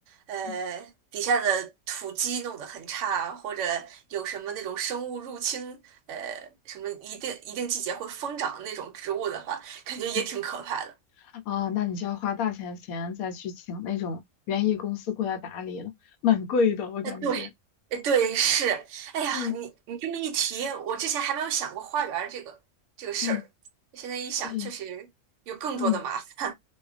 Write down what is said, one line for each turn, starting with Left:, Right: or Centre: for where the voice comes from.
Right: 呃，
Left: 嗯
Right: 底下的土基弄得很差，或者有什么那种生物入侵，呃，什么一定一定季节会疯长的那种植物的话，感觉也挺可怕的。
Left: 嗯，嗯啊，那你就要花大钱钱再去请那种园艺公司过来打理了，蛮贵的，我感觉，
Right: 哎，对，哎，对，是，哎呀，
Left: 嗯
Right: 你你这么一提，我之前还没有想过花园儿这个这个事儿，
Left: 嗯，
Right: 现在一想，
Left: 或许，
Right: 确实有更多的麻烦。
Left: 嗯，